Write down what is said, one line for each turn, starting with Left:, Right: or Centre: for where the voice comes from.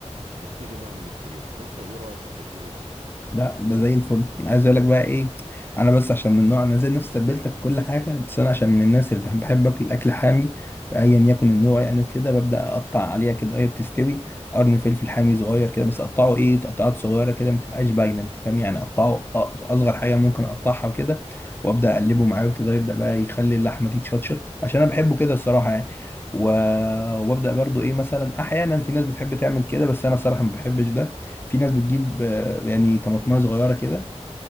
Right: نبتدي نعمل الكريمه انت ايه رايك في التتبيله دي
Left: لا ده زي الفل انا عايز اقول لك بقى ايه انا بس عشان من نوع انا زي نفس تتبيلتك كل حاجه بس انا عشان من الناس اللي بحب, بحب اكل الاكل حامي ايا يكن النوع يعني وكده ببدا اقطع عليها كده هي بتستوي قرن فلفل حامي صغير كده بس اقطعه ايه تقطعات صغيره كده ما تبقاش باينه انت فاهم يعني اقطعه أ- اصغر حاجه ممكن اقطعها وكده وابدا اقلبه معاه وكده يبدا بقى يخلي اللحمه دي تشطشط عشان انا بحبه كده الصراحه يعني و... وابدا برضو ايه مثلا احيانا في ناس بتحب تعمل كده بس انا صراحه ما بحبش ده في ناس بتجيب آه، يعني طماطمايه صغيره كده